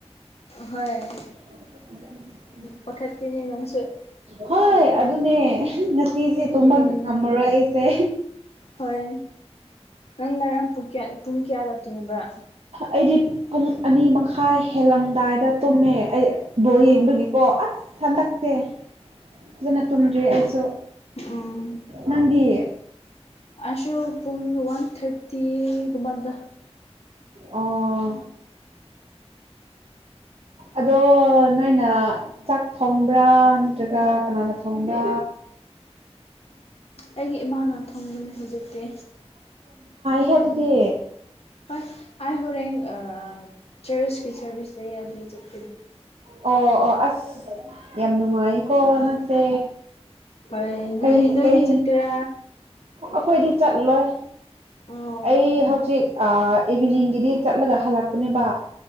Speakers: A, on the left; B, on the right.
A: ꯍꯣꯏ
B: ꯦ
A: ꯄꯥꯈꯠꯀꯅꯤ ꯉꯪ
B: ꯍꯣꯏ ꯑꯗꯨꯅꯦ ꯉꯁꯤꯁꯦ ꯇꯨꯝꯕ
A: ꯎꯝ
B: ꯉꯝꯃꯔꯣꯏ ꯑꯩꯁꯦ
A: ꯍꯣꯏ ꯅꯪ ꯉꯔꯥꯡ ꯄꯨꯡ ꯀꯌꯥꯗ ꯇꯨꯡꯕ꯭ꯔ
B: ꯑꯩꯗꯤ ꯄꯨꯡ ꯑꯅꯤ ꯃꯈꯥꯏ ꯍꯦꯜꯂꯝꯗꯥꯏꯗ ꯇꯨꯝꯃꯦ ꯑꯩ ꯕꯧ
A: ꯑꯣ
B: ꯌꯦꯡꯕꯒꯤꯀꯣ ꯑꯁ ꯍꯟꯗꯛꯁꯦ ꯐꯖꯅ ꯇꯨꯝꯗ꯭ꯔꯤ ꯑꯩꯁꯨ
A: ꯎꯝ
B: ꯃꯗꯤ
A: ꯑꯁꯨ ꯄꯨꯡ ꯋꯥꯟ ꯊꯥꯔꯇꯤꯒꯨꯝꯕꯗ
B: ꯑꯣ ꯑꯗꯣ ꯅꯣꯏꯅ ꯆꯥꯛ ꯊꯣꯡꯕ꯭ꯔꯥ ꯅꯠꯇ꯭ꯔꯒ ꯀꯅꯥꯅ ꯊꯣꯡꯕ꯭ꯔꯥ
A: ꯑꯩꯒꯤ ꯏꯃꯥꯅ ꯊꯝꯃꯤꯅꯤ ꯍꯧꯖꯤꯛꯇꯤ
B: ꯍꯦ ꯑꯗꯨꯗꯤ
A: ꯍꯣꯢ ꯑꯩꯥ ꯍꯣꯔꯦꯟ ꯆ꯭ꯔꯁꯀꯤ ꯁꯔꯚꯤꯁ ꯂꯩꯌꯦ ꯑꯗꯨ ꯆꯠ
B: ꯑꯣ ꯑꯣ ꯑꯁ ꯌꯥꯝ ꯅꯨꯡꯉꯥꯏꯀꯣ
A: ꯑꯥ
B: ꯅꯪꯁꯦ
A: ꯍꯣꯏ ꯅꯣꯏ
B: ꯀꯩ
A: ꯅꯣꯏꯗꯤ ꯆꯠꯀꯦꯔꯥ
B: ꯑꯩꯈꯣꯏꯗꯤ ꯆꯠꯂꯣꯏ
A: ꯑꯣ
B: ꯑꯩ ꯆꯦꯛ ꯏꯚꯤꯅꯤꯡꯒꯤꯗꯤ ꯆꯠꯂꯒ ꯍꯜꯂꯛꯄꯅꯦꯕ